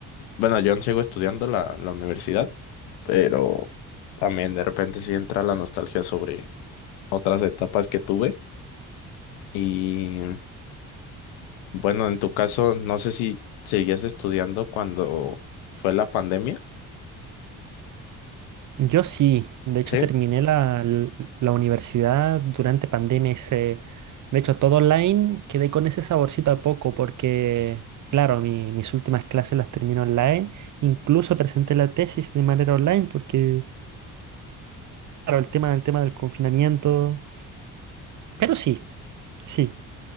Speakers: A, on the left; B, on the right.
A: Bueno, yo aún sigo estudiando la, la universidad, pero también de repente sí entra la nostalgia sobre otras etapas que tuve. Y bueno, en tu caso, no sé si seguías estudiando cuando fue la pandemia.
B: Yo sí, de hecho
A: Sí.
B: terminé la, l- la universidad durante pandemia, hice, de hecho todo online, quedé con ese saborcito a poco porque, claro, mi- mis últimas clases las terminé online, incluso presenté la tesis de manera online porque, claro, el tema, el tema del confinamiento, pero sí, sí,